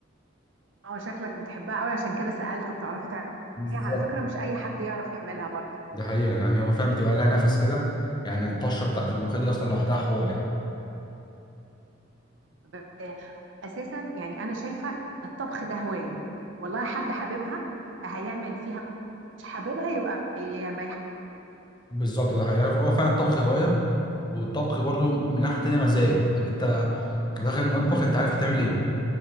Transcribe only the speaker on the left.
بالظبط
دي حقيقه يعني هو فعلا بتبقى لها نفس كده يعني الطشه بتاعت الملوخيه دي اصلا لوحدها حوار يعني
بالظبط ده حقيقه هو فعلا الطبخ هوايه والطبخ برضو من ناحية تانية مزاج ان انت داخل المطبخ انت عارف هتعمل ايه